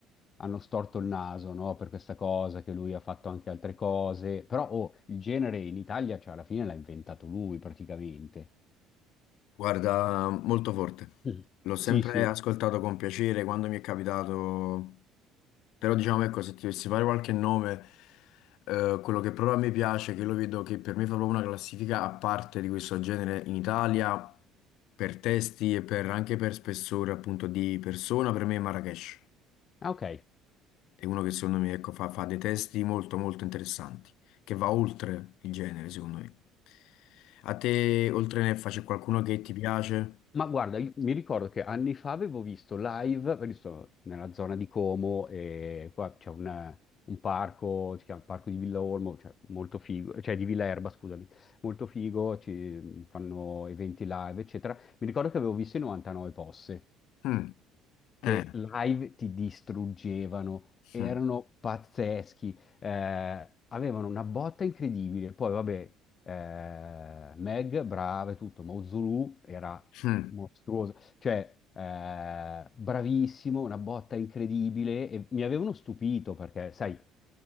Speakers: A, on the left; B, on the left.
A: hanno storto il naso, no, per questa cosa, che lui ha fatto anche altre cose. Però, oh, il genere in Italia, cioè, alla fine l'ha inventato lui praticamente.
B: guarda, molto forte.
A: Mm.
B: L'ho sempre
A: Sì, sì.
B: ascoltato con piacere quando mi è capitato, però diciamo ecco, se ti dovessi fare qualche nome, eh, quello che proprio a me piace, che lo vedo che per me fa proprio una classifica a parte di questo genere in Italia, per testi e per- anche per spessore appunto di persona, per me è Marrakesh.
A: Ah, ok.
B: è uno che secondo me ecco, fa, fa dei testi molto molto interessanti, che va oltre il genere, secondo me. A te, oltre Neffa, c'è qualcuno che ti piace?
A: Ma guarda, io- mi ricordo che anni fa avevo visto live, perché sto nella zona di Como e qua c'è un, un parco, si chiama Parco di Villa Olmo, cioè molto figo, cioè di Villa Erba, scusami, molto figo, ci fanno eventi live, eccetera. Mi ricordo che avevo visto i 99 Posse
B: Mm,
A: che
B: eh,
A: live ti distruggevano, erano
B: mm,
A: pazzeschi, eh, avevano una botta incredibile. Poi, vabbè, eh, Meg, brava e tutto, ma Zulu era
B: mm,
A: mostruoso, cioè eh, bravissimo, una botta incredibile e mi avevano stupito perché, sai